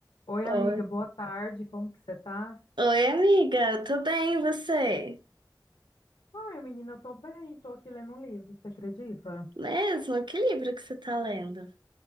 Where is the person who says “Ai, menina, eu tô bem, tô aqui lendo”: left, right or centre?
Left